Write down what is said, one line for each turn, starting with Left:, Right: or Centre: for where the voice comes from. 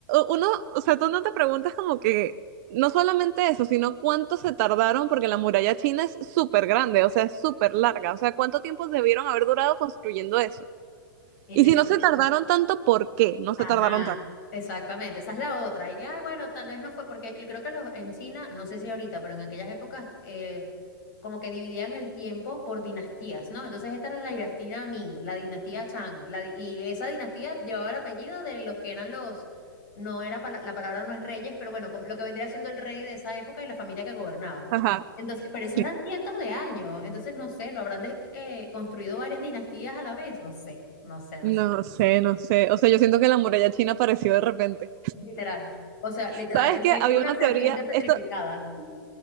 Right: uno, o sea, tú no te preguntas como que, no solamente eso, sino cuánto se tardaron, porque la muralla china es súper grande, o sea, es súper larga, o sea, cuánto tiempo debieron haber durado construyendo eso.
Left: E-
Right: Y si
Left: Eso
Right: no se tardaron tanto, ¿por qué? No se
Left: Ajá,
Right: tardaron tanto.
Left: exactamente, esa es la otra. Y ay, bueno, tal vez no fue, porque el- creo que los, en China, no sé si ahorita, pero en aquellas épocas, eh, como que dividían el tiempo por dinastías, ¿no? Entonces esta era la dinastía Ming, la dinastía Chang, la di- y esa dinastía llevaba el apellido de los que eran los, no era, pala- la palabra no es reyes, pero bueno, como- lo que vendría siendo el rey de esa época y la familia que gobernaba.
Right: Ajá.
Left: Entonces, pero eso
Right: Sí.
Left: eran cientos de años, entonces no sé, lo habrán de- eh, construido varias dinastías a la vez, no sé, no sé, no
Right: No
Left: sé.
Right: sé, no sé. O sea, yo siento que la muralla china apareció de repente.
Left: Literal. O sea, literal,
Right: ¿Sabes
Left: es,
Right: qué?
Left: es
Right: Había
Left: una
Right: una
Left: serpiente
Right: teoría,
Left: petrificada.
Right: esto,